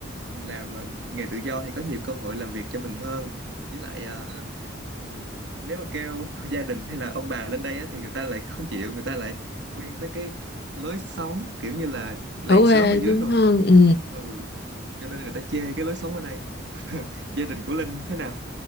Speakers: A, on the right (about 60°); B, on the left (about 55°).
A: mình làm ờ, nghề tự do thì có nhiều cơ hội làm việc cho mình hơn với lại ờ, ừm, nếu mà kêu <laughs> gia đình hay là ông bà lên đây á, thì người ta lại không chịu người ta lại quen với cái lối sống kiểu như là
B: <laughs>
A: làng
B: ở quê
A: xóm ở dưới
B: đúng
A: rồi
B: không ừ.
A: ừ cho nên người ta chê cái lối sống ở đây gia đình của Linh thế nào